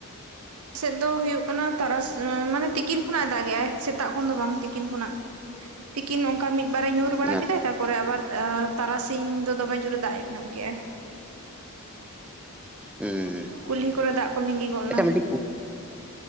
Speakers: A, on the right (about 75°); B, in the centre.
A: ᱥᱮᱫ ᱫᱚ ᱦᱩᱭᱩᱜ ᱠᱟᱱᱟ ᱛᱟᱨᱟᱥ ᱢᱟᱱᱮ ᱛᱤᱠᱤᱱ ᱠᱷᱚᱱᱟᱜ ᱮ ᱫᱟᱜ ᱮᱟᱭ ᱥᱮᱛᱟᱜ ᱠᱷᱚᱱ ᱫᱚ ᱵᱟᱝ ᱛᱤᱠᱤᱱ ᱠᱷᱚᱱᱟᱜ᱾ ᱛᱤᱠᱤᱱ ᱱᱚᱝᱠᱟ ᱢᱤᱫ ᱵᱟᱨ ᱮ ᱧᱩᱨ ᱵᱟᱲᱟ
B: ᱟᱪᱪᱷᱟ
A: ᱠᱮᱫᱟ ᱛᱟᱯᱚᱨᱮ ᱟᱵᱟᱨ᱾ ᱮᱸ ᱛᱟᱨᱟᱥᱤᱧ ᱫᱚ ᱫᱚᱢᱮ ᱡᱩᱨ ᱮ ᱫᱟᱜ ᱧᱚᱜ ᱠᱮᱜᱻᱟᱭ
B: ᱦᱩᱸ
A: ᱠᱩᱞᱦᱤ ᱠᱚᱨᱮ ᱫᱟᱜ ᱠᱚ ᱞᱤᱸᱜᱤ ᱜᱚᱫ ᱮᱱᱟ
B: ᱟᱪᱪᱷᱟ ᱢᱤᱫᱴᱤᱡ ᱠᱩ